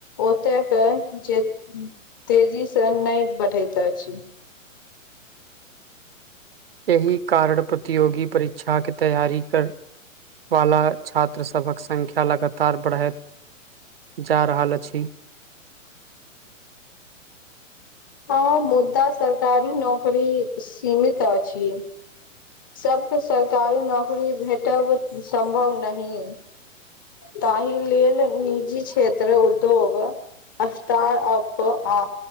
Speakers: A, on the left (about 15°); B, on the right (about 45°).
A: ओतय के जे तेजी सँ नहि बढ़ैत अछि
B: एहि कारण प्रतियोगी परीक्षा के तैयारी कर वाला छात्र सबक संख्या लगातार बढ़ैत जा रहल अछि
A: हँ मुदा सरकारी नौकरी सीमित अछि सबके सरकारी नौकरी भेटब सम्भव नहि ताहि लेल निजी क्षेत्र उद्योग अबतर अप आप आ